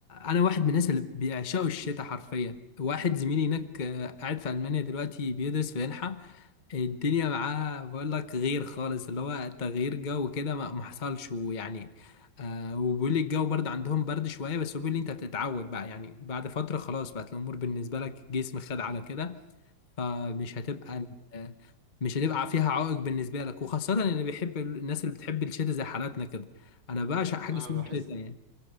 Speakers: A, on the left; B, on the right.
A: انا واحد من الناس اللي بيعشقوا الشتاء حرفيا واحد زميلي هناك آه، قاعد في المانيا دلوقتي بيدرس في منحه الدنيا معاه بقول لك غير خالص اللي هو تغيير جو كده ما ما حصلش ويعني آه وبيقول لي الجو برد عندهم برد شويه بس هو بيقول لي انت بتتعود بقى يعني بعد فتره خلاص بقت الامور بالنسبه لك جسم خد على كده فمش هتبقى
B: م-
A: مش هتبقى فيها عائق بالنسبة لك وخاصة اللي بيحب الناس اللي بتحب الشتاء زي حالاتنا كده أنا بعشق
B: م-
A: حاجة
B: أنا
A: اسمها
B: بحس
A: الشتاء يعني